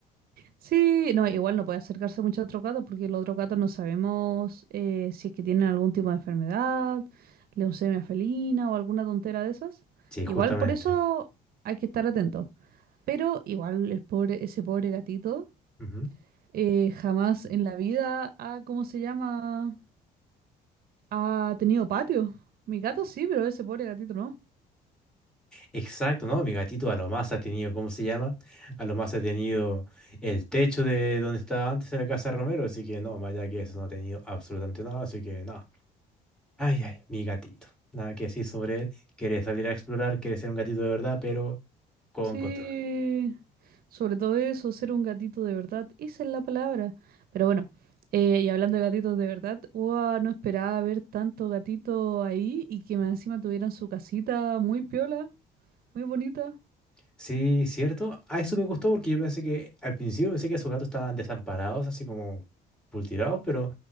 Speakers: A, on the right (about 60°); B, in the centre.
A: Sí, no, igual no puede acercarse mucho a otro gato porque los otros gatos no sabemos eh, si es que tienen algún tipo de enfermedad, leucemia felina o alguna tontera de esas.
B: Sí, justamente.
A: Igual por eso hay que estar atento. Pero igual el pobre, ese pobre gatito
B: Ujú.
A: eh, jamás en la vida ha, ¿cómo se llama? Ha tenido patio. Mi gato sí, pero ese pobre gatito no.
B: Exacto, ¿no? Mi gatito a lo más ha tenido, ¿cómo se llama? A lo más ha tenido el techo de donde estaba antes en la casa de Romero, así que no, más allá que eso no ha tenido absolutamente nada, así que no. Ay, ay, mi gatito. Nada que decir sobre él. Quiere salir a explorar, quiere ser un gatito de verdad, pero con
A: Sí,
B: control.
A: sobre todo eso, ser un gatito de verdad, esa es la palabra. Pero bueno, eh, y hablando de gatitos de verdad, ¡guau! no esperaba ver tanto gatito ahí y que más encima tuvieran su casita muy piola, muy bonita.
B: Sí, cierto. A eso me gustó porque yo pensé que al principio pensé que esos gatos estaban desamparados, así como pultirados, pero